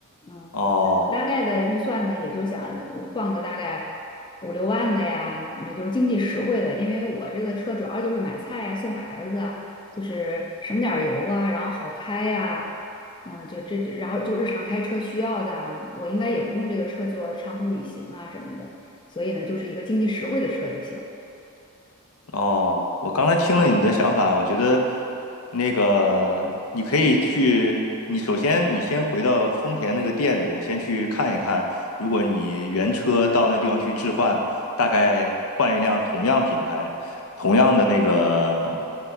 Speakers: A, on the left (about 20°); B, on the left (about 70°).
A: 嗯，
B: 哦，
A: 我大概的预算呢，也就想换个大概五六万的呀，反正就是经济实惠的，因为我这个车主要就是买菜呀、送孩子啊，就是省点儿油啊，然后好开呀、嗯，就这，这然后就日常开车需要的啊，我应该也不用这个车做长途旅行啊什么的，所以呢，就是一个经济实惠的车就行。
B: 哦，我刚才听了你的想法，我觉得那个你可以去，你首先你先回到丰田那个店里边，先去看一看，如果你原车到那地方去置换，大概换一辆同样品牌、同样的那个